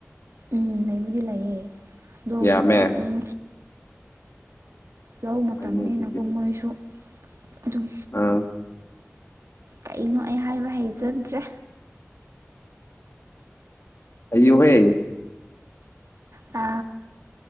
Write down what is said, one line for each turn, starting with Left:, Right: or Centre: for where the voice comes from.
Right: ꯎꯝ ꯂꯩꯕꯨꯗꯤ ꯂꯩꯌꯦ ꯑꯗꯣ ꯍꯧꯖꯤꯛꯇꯤ
Left: ꯌꯥꯝꯃꯦ
Right: ꯎꯝ ꯂꯧ ꯃꯇꯝꯅꯤꯅꯀꯣ
Left: ꯑꯗꯨꯗꯤ
Right: ꯃꯣꯏꯁꯨ ꯑꯗꯨꯝ
Left: ꯑꯥ
Right: ꯀꯩꯅꯣ ꯑꯩ ꯍꯥꯏꯕ ꯍꯩꯖꯗ꯭ꯔꯦ
Left: ꯑꯩꯌꯨꯍꯦ
Right: ꯑ